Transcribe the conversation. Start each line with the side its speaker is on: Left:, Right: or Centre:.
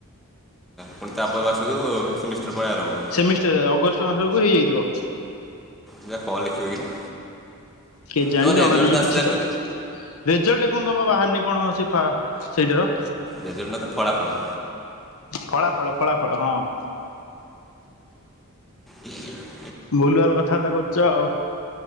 Centre: ପୁଣି ତା ପର ମାସକୁ ସେମିଷ୍ଟର ପୁଣି ଆରମ୍ଭ। ହବ।
Left: ସେମିଷ୍ଟର ଅଗଷ୍ଟ ମାସକୁ ହେଇଯାଇଥିବ।
Centre: ଏଇଟା କଣ ଲେଖିବା କିରେ?
Left: କେଜାଣି
Centre: ତୋ
Left: ଜଣା
Centre: ରେଜଲ୍ଟ
Left: ନାହିଁ
Centre: ଆସିଲାନି
Left: କିଛି ତ। ରେଜଲ୍ଟ ଏ ପର୍ଯ୍ୟନ୍ତ ପା ବାହାରିନି ପା କଣ ସେଇଟାର
Centre: ରେଜଲ୍ଟ ଟା ତ ଫଳାଫଳ
Left: ଫଳା ଫଳ ଫଳା ଫଳ। ହଁ।
Centre: ହଁ।
Left: ଭୁଲ୍ ଭାଲ୍ କଥାବାର୍ତ୍ତା କରୁଛ ଆଉ।